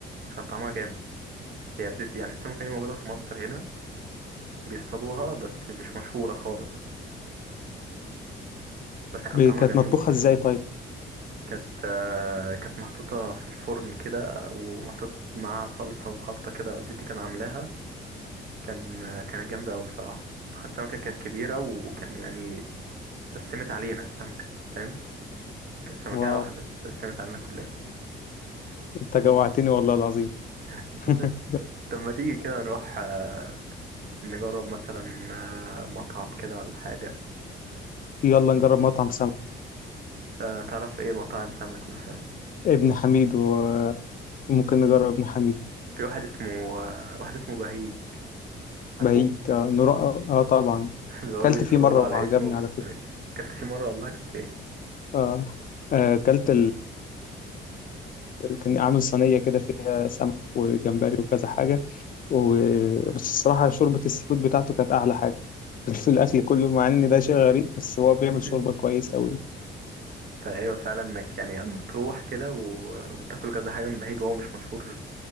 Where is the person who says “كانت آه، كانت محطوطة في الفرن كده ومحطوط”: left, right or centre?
Right